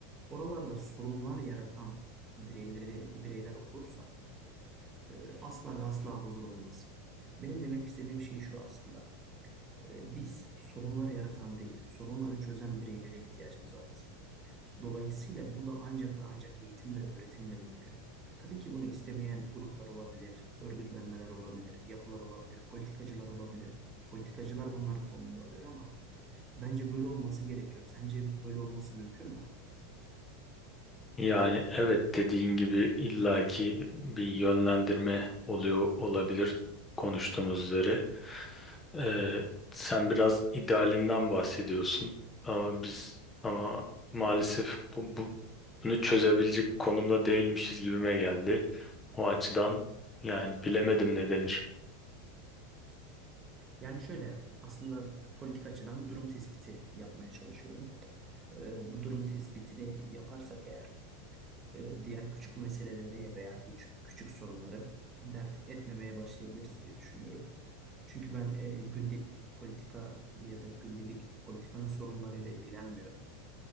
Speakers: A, on the right; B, on the left.
A: Oralarda sorunlar yaratan bireyleri, bireyler olursa e, asla ve asla huzur olmaz. Benim demek istediğim şey şu aslında. E, Biz sorunlar yaratan değil, sorunları çözen bireylere ihtiyacımız var bizim. Dolayısıyla bu da ancak ve ancak eğitim ve öğretimle mümkün. Tabii ki bunu istemeyen gruplar olabilir, örgütlenmeler olabilir, yapılar olabilir, politikacılar olabilir. Politikacılar bunları fonluyor olabilir ama bence böyle olması gerekiyor. Sence böyle olması mümkün mü?
B: Yani evet dediğin gibi illaki bir yönlendirme oluyor olabilir konuştuğumuz üzere. Ee, sen biraz idealinden bahsediyorsun ama biz ama maalesef bu, bu- bunu çözebilecek konumda değilmişiz gibime geldi. O açıdan yani bilemedim ne denir.
A: Yani şöyle aslında politik açıdan durum tespiti yapmaya çalışıyorum. Ee, bu durum tespitini yaparsak eğer e, diğer küçük meseleleri veya küçük, küçük sorunları dert etmemeye başlayabiliriz diye düşünüyorum. Çünkü ben e, gündelik politika ya da gündelik politikanın sorunlarıyla ilgilenmiyorum.